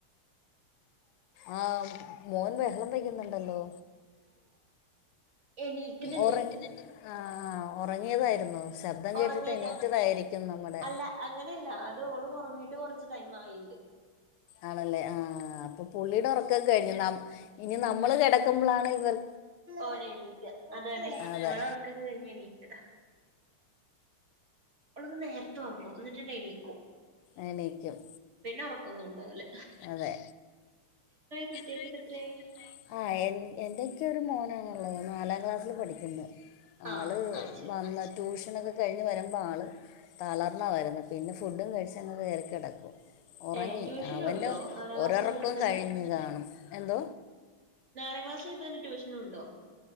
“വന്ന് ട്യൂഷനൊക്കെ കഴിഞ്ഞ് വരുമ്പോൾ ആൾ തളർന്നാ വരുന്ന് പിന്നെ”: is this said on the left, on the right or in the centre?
Left